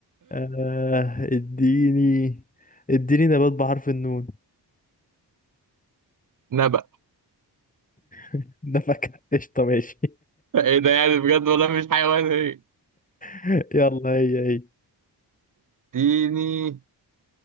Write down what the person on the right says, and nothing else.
نبأ
ايه ده يعني بجد والله مش حيوان ايه
اديني